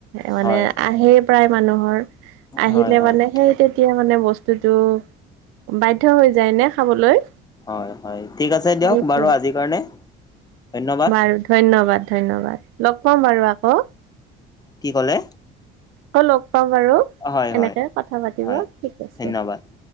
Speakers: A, on the right; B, on the left.
A: মানে
B: হয়
A: আহেই প্ৰায় মানুহৰ আহিলে
B: হয় হয়
A: মানে সেই তেত তেতিয়া মানে বস্তুটো বাধ্য হৈ যায় নে খাবলৈ?
B: হয়-হয় ঠিক আছে দিয়ক
A: সেইটোৱে
B: বাৰু আজিৰ কাৰণে। ধন্যবাদ
A: বাৰু ধন্যবাদ-ধন্যবাদ লগ পাম বাৰু আকৌ।
B: কি ক'লে?
A: আকৌ লগ পাম বাৰু
B: হয় হয়
A: এনেকে কথা পাতিব
B: হয়
A: ঠিক আছে।
B: ধন্যবাদ